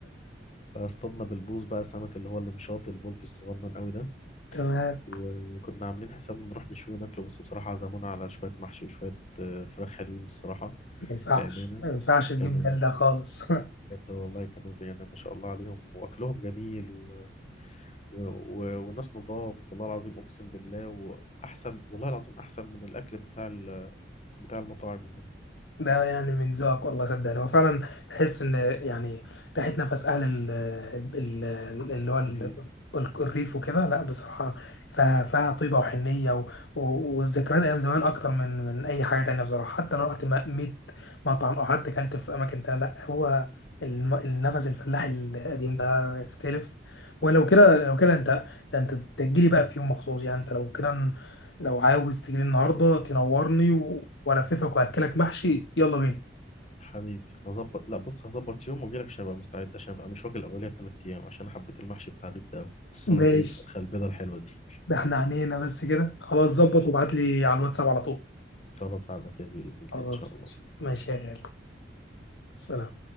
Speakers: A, on the left; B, on the left.
A: فاصطادنا بالبوص بقى سمك اللي هو المشاط البلطي الصغنن قوي ده
B: تمام
A: وكنا عاملين حسابنا نروح نشوي وناكله بس بصراحة عزمونا على شوية محشي وشوية آه، فراخ حلوين الصراحة
B: ما ينفعش
A: بأمانة
B: ما ينفعش تجيب
A: كانوا
B: دلده خالص <laughs>
A: بجد والله كانوا زي يعني ما شاء الله عليهم وأكلهم جميل و... و... و... والناس نضاف والله العظيم أقسم بالله وأحسن والله العظيم أحسن من الأكل بتاع ال... بتاع المطاعم والله
B: ده يعني من ذوقك والله صدقني هو فعلا تحس ان يعني ريحه نفس اهل ال ال- اللي هو ال-
A: الريف
B: ال- الريف وكده لا بصراحه فيها فيها طيبه وحنيه و- و- والذكريات ايام زمان اكتر من من اي حاجه تانية بصراحه حتى لو رحت م- 100 مطعم او حتى اكلت في اماكن تانية لا هو الم- النفس الفلاحي القديم ده يختلف ولو كده لو كده انت ده انت تجيلي بقى في يوم مخصوص يعني انت لو كده لو عاوز تجيلي النهارده تنورني و- والففك واكلك محشي يلا بينا
A: حبيبي هظبط لا بص هظبط يوم واجيلك عشان ابقى مستعد عشان ابقى مش واكل قبلها بثلاث ايام عشان أنا حبيت المحشي بتاع الريف ده أوي. خصوصا
B: ماشي
A: الايه الفرخه البيضه الحلوه دي
B: ده احنا عنينا بس كده خلاص ظبط وابعت لي على الواتساب على طول
A: خلاص على خير باذن الله
B: خلاص
A: ان شاء الله
B: ماشي ماشي يا غالي سلام